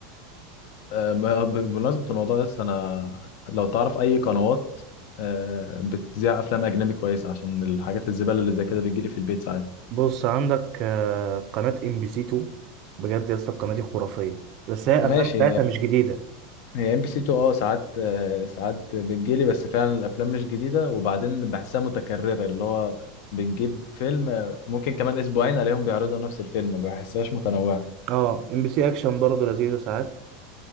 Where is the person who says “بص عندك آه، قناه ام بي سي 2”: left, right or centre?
Right